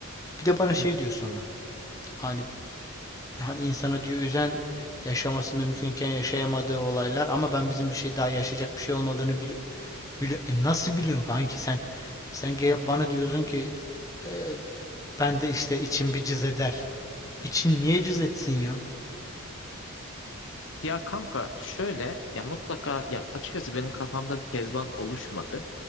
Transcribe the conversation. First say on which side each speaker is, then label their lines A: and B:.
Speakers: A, on the left; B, on the left.
A: bir de bana şey
B: Hı hı,
A: diyor sonra. Hani hani insana diyor üzen yaşaması mümkünken yaşayamadığı olaylar ama ben bizim bir şey daha yaşayacak bir şey olmadığını bili bili- E nasıl biliyorsun kanki sen? Sen gelip
B: hı hı.
A: bana diyorsun ki "E, ben de işte içim bir cız eder. İçin niye cız etsin ya?
B: Ya kanka şöyle ya mutlaka ya açıkçası benim kafamda bir kezban oluşmadı.